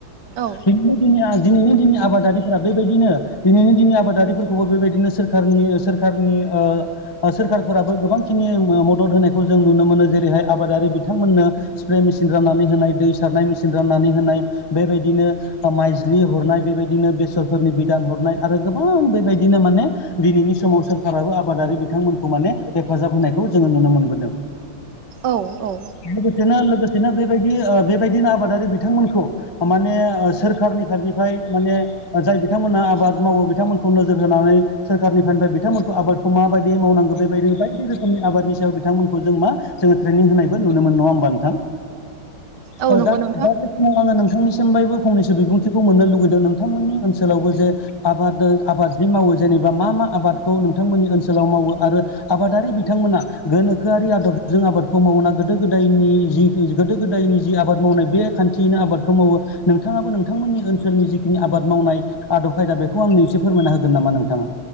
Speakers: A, on the right (about 65°); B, on the left (about 20°).
A: औ
B: दिनैनो दिनै दिनैनो दिनै आबादारि बेबायदिनो दिनैनि दिनै आबादारिफोरखौबो बेबायदिनो सोरखारनि सोरखारनि सोरखारफोराबो गोबांखिनि मदद होनायखौ जों नुनो मोनो जेरैहाय आबादारि बिथांमोननो स्प्रे मेचिन राननानै होनाय दै सारनाय मेचिन राननानै होनाय बेबायदिनो माइज्लि हरनाय बेबायदिनो बेसरफोरनि बिदान हरनाय आरो गोबां बेबायदिनो माने दिनैनि समाव सोरखाराबो आबादारि बिथांमोनखौ माने हेफाजाब होनायखौ जोङो नुनो मोनबोदों
A: औ औ
B: लोगोसेनो लोगोसेनो बेबायदि बेबायदिनो आबादारि बिथांमोनखौ माने सोर सोरखारनिफ्राय माने जाय बिथांमोना आबाद मावो बिथांमोनखौ नोजोर होनानै सोरखारनिफ्रायफ्राय बिथांमोनखौ आबादखौ माबायदि बे मावनांगौ बेबायदिनो बायदि रोखोम नि आबादनि सायाव बिथांमोनखौ जों मा जोङो ट्रेनिं होनायबो नुनो मोन नङा होमबा नोंथां
A: औ
B: अ
A: नंगौ
B: दा
A: नोंथां
B: दा बे समाव आङो नोंथांनिसिम बायबो फंनैसो बिबुंथिखौ मोननो लुगैदों नोंथांमोननि ओनसोलावबो जे आबाद आबाद जि मावो जेनेबा मा मा आबादखौ नोंथांमोननि ओनसोलाव मावो आरो आबादारि बिथांमोना गोनोखोआरि आदबजों आबादखौ मावना गोदो गोदायनि जि गोदो गोदायनि जि आबाद मावनाय बे खान्थियैनो आबादखौ मावो नोंथाङाबो नोंथांमोननि ओनसोलनि जिखिनि आबाद मावनाय आदब खायदा बेखौ आंनो एसे फोरमायना होगोन नामा नोंथाङा